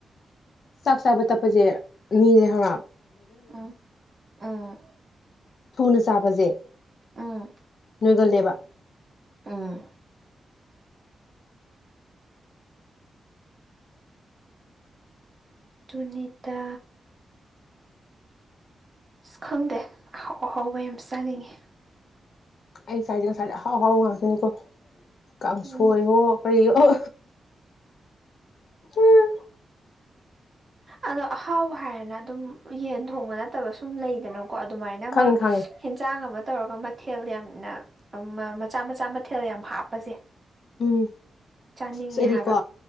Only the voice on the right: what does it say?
ꯑ ꯑꯥ
ꯎꯝ
ꯎꯝ ꯨꯅꯤꯇꯥ ꯑꯁ ꯈꯪꯗꯦ ꯑꯍꯥꯎ ꯑꯍꯥꯎꯕ ꯌꯥꯝ ꯆꯥꯅꯤꯡꯉꯤ
ꯎꯝ
ꯑꯗꯣ ꯑꯍꯥꯎꯕ ꯍꯥꯏꯔꯅ ꯑꯗꯨꯝ ꯌꯦꯟ ꯊꯣꯡꯕ ꯅꯠꯇꯕ ꯁꯨꯝ ꯂꯩꯗꯅ ꯀꯣ ꯑꯗꯨꯃꯥꯏꯅ ꯑꯃ
ꯍꯦꯟꯁꯥꯡ ꯑꯃ ꯇꯧꯔꯒ ꯃꯊꯦꯜ ꯌꯥꯝꯅ ꯃꯆꯥ ꯃꯆꯥ ꯃꯊꯦꯜ ꯌꯥꯝ ꯍꯥꯞꯄꯁꯦ
ꯆꯥꯅꯤꯡꯉꯦ
ꯍꯥꯏꯕ